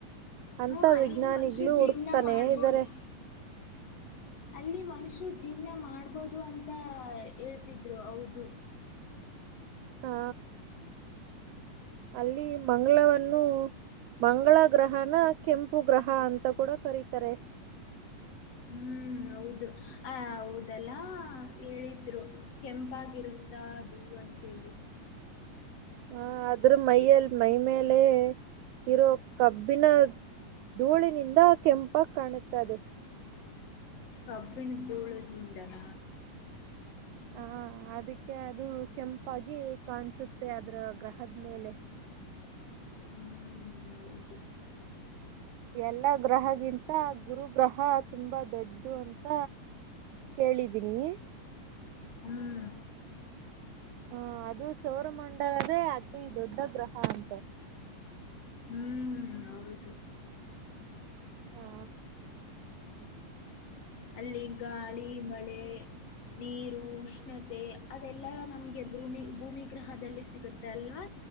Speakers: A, on the right; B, on the left.
A: ಅಂತ
B: ಹ್ಮ ಅಲ್ಲಿನೂ
A: ವಿಜ್ಞಾನಿಗಳು
B: ಮನುಷ್ಯರು ಜೀವನ
A: ಹುಡುಕ್ತಾನೆ
B: ಮಾಡ್ಬೋದು
A: ಇದ್ದಾರೆ.
B: ಅಲ್ಲಿ ಮನುಷ್ಯರು ಜೀವನ ಮಾಡ್ಬೋದು ಅಂತ ಹೇಳ್ತಿದ್ರು ಹೌದು.
A: ಹಾ ಅಲ್ಲಿ ಮಂಗಳವನ್ನು ಮಂಗಳ ಗ್ರಹನ ಕೆಂಪು ಗ್ರಹ ಅಂತ ಕೂಡ ಕರೀತಾರೆ.
B: ಹ್ಮ್ ಹೌದು ಆ ಹೌದಲ್ಲ ಹೇಳಿದ್ರು ಕೆಂಪಾಗಿರುತ್ತಾ ಅದು ಅಂತೇಳಿ
A: ಹ ಆದ್ರ ಮೈಯಲ್ಲಿ ಮೈ ಮೇಲೆ ಇರೋ ಕಬ್ಬಿನ ಧೂಳಿನಿಂದ ಕೆಂಪಾಗ್ ಕಾಣುತ್ತೆ ಅದು
B: ಕಬ್ಬಿಣದ ಧೂಳದನಿಂದನ
A: ಹ ಅದಕ್ಕೆ ಅದು ಕೆಂಪಾಗಿ ಕಾಣಸುತ್ತೆ ಅದ್ರು ಗ್ರಹದ್ ಮೇಲೆ
B: ಹ್ಮ್ ಹೌದು
A: ಎಲ್ಲ ಗ್ರಹಗಿಂತ ಗುರು ಗ್ರಹ ತುಂಬಾ ದೊಡ್ಡು ಅಂತ ಕೇಳಿದ್ದೀನಿ
B: ಹ್ಮ್
A: ಹ ಅದು ಸೌರಮಂಡಲದೇ ಅತಿ ಈ ದೊಡ್ಡ ಗ್ರಹ ಅಂತೆ
B: ಹ್ಮ್ ಹೌದು
A: ಹಾ
B: ಅಲ್ಲಿ ಗಾಳಿ ಮಳೆ ನೀರು ಉಷ್ಣತೆ ಅದೆಲ್ಲ ನಮಗೆ ಭೂಮಿ ಭೂಮಿಗೃಹದಲ್ಲಿ ಸಿಗುತ್ತೆ ಅಲ್ವಾ